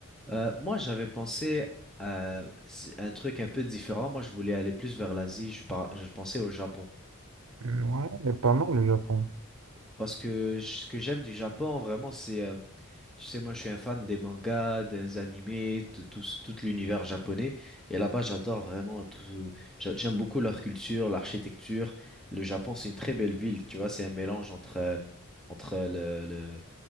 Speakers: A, in the centre; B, on the right.
A: Euh, moi, j'avais pensé à un truc un peu différent. Moi, je voulais aller plus vers l'Asie. Je par- je pensais au Japon.
B: Hmm. Ouais, pas mal le Japon.
A: Parce que je- ce que j'aime du Japon, vraiment, c'est euh, Tu sais, moi, je suis un fan des mangas, des animés, de tout, ce- tout l'univers japonais. Et là-bas, j'adore vraiment tout. j'a- J'aime beaucoup leur culture, l'architecture. Le Japon, c'est une très belle ville. Tu vois, c'est un mélange entre, euh, entre le, le,